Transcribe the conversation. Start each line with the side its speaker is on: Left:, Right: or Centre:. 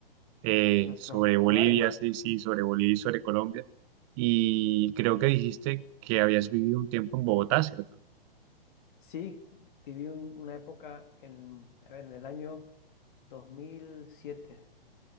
Right: eh,
Left: nuestros
Right: sobre Bolivia,
Left: lugares.
Right: sí, sí, sobre Bolivia y sobre Colombia. Y creo que dijiste que habías vivido un tiempo en Bogotá, ¿cierto?
Left: Sí, vi- viví un- una época en, a ver, en el año 2007.